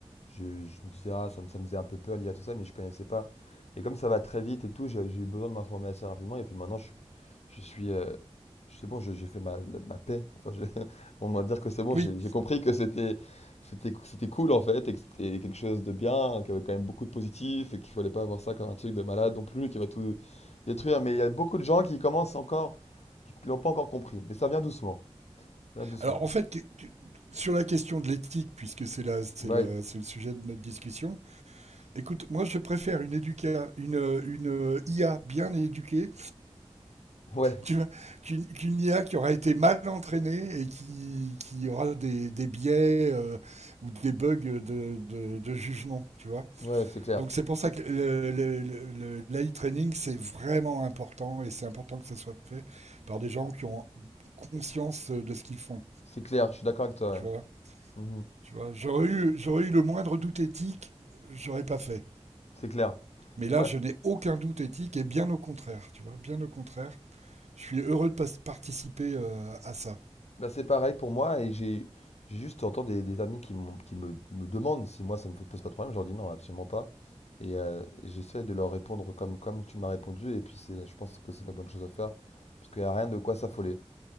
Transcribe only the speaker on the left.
je, je me disais, ah, ça me, ça me faisait un peu peur lié à tout ça, mais je connaissais pas. Et comme ça va très vite et tout, j'ai j'ai eu besoin de m'informer assez rapidement. Et puis maintenant, je, suis- je suis. euh, c'est bon, je- j'ai fait ma, la- ma paix. Enfin, je- <laughs> on va dire que c'est bon,
j'ai j'ai compris que c'était c'était c'était cool en fait, et que c'était quelque chose de bien, qu'il y avait quand même beaucoup de positif, et qu'il fallait pas avoir ça comme un truc de malade non plus, qui va tout détruire. Mais il y a beaucoup de gens qui commencent encore, qui l'ont pas encore compris. Mais ça vient doucement. Ça vient doucement.
Ouais,
ouais,
ouais, c'est clair.
C'est clair, je suis d'accord avec toi.
ouais. Mhm.
C'est clair.
Mais moi,
bah, c'est pareil pour moi et j'ai j'ai juste entends des, des amis qui, m'ont- qui me, me demandent si moi ça me fait- pose pas de problème. Je leur dis non, absolument pas. Et euh, j'essaie de leur répondre comme, comme tu m'as répondu. Et puis c'est, je pense que c'est la bonne chose à faire parce qu'il n'y a rien de quoi s'affoler.